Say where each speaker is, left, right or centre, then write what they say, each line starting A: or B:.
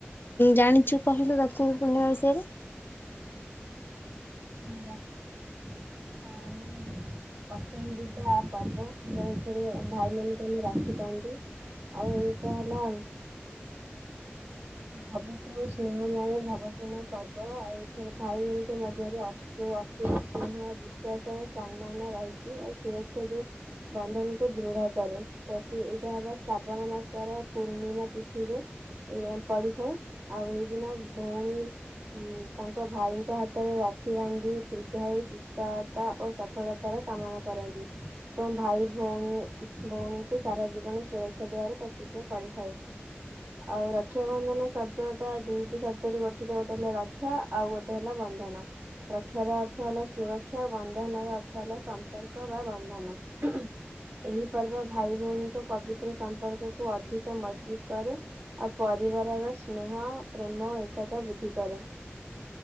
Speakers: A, on the left (about 55°); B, on the right (about 60°).
A: ଜାଣିଛୁ କହିଲୁ ରାକ୍ଷୀ କୁ ପୂର୍ଣିଆ ବିଷୟରେ?
B: ହୁଁ ରା <unintelligible> ହଁ ମୁଁ ପସନ୍ଦିତା ପର୍ବ ଏଥିରେ ଭାଇ ମାନ ତମେ ରଖିଥାନ୍ତି। ଆଉ ଏଇଟା ହେଲା ପବିତ୍ର ଓ ସ୍ନେହମୟ ଭାବପୂର୍ଣ୍ଣ ପର୍ବ ଆଉ ଏଥିରେ ଭାଇ ଭଉଣୀଙ୍କ ମଧ୍ୟରେ ଅ ଯୋଉ ଅତୁଟ ସ୍ନେହ ବିଶ୍ଵାସ ଓ ସମ୍ମାନ ରହିଛି ଆଉ ସୁରକ୍ଷା ଯୋଉ ବନ୍ଧନୀକୁ ଦୃଢ କରେ ପ୍ରତି ଏଇଟା ହେଲା ଶ୍ରାବଣ ମାସର ପୂର୍ଣ୍ଣିମା ତିଥିରେ ଏଇ ପଡିଥାଏ ଆଉ ଏହି ଦିନ ଭଉଣୀ ଉଁ ତାଙ୍କ ଭାଇଙ୍କ ହାତରେ ରାକ୍ଷୀ ବାନ୍ଧି ଦୀର୍ଘାୟୁ ସୁସ୍ତୟାତା ଓ ସ ସଫଳତାର କାମନା କରନ୍ତି। ତ ଭାଇ ଭଉଣୀ ଭଉଣୀଙ୍କୁ ସାରା ଜୀବନ ସୁରକ୍ଷା ଦେବାର ପ୍ରତିଜ୍ଞା କରିଥାଏ। ଆଉ ର ରକ୍ଷାାବନ୍ଧନ ଶବ୍ଦ ଟା ଦୁଇଟି ଶବ୍ଦ ରୁ ଗଠିତ ହେଲା ଗୋଟେ ହେଲା ରକ୍ଷା ଆଉ ଗୋଟେ ହେଲା ବନ୍ଧନ। ରକ୍ଷାର ଅର୍ଥ ହେଲା ସୁରକ୍ଷା, ବନ୍ଧନ ର ଅର୍ଥ ହେଲା ସମ୍ପର୍କ ବା ବନ୍ଧନ। ଏହି ପର୍ବ ଭାଇ ଭଉଣୀଙ୍କ ପବିତ୍ର ସମ୍ପର୍କକୁ ଅଧିକ ମଜବୁତ୍ କରେ। ଆଉ ପରିବାରର ସ୍ନେହ, ପ୍ରେମ, ଏକତା ବୃଦ୍ଧି କରେ।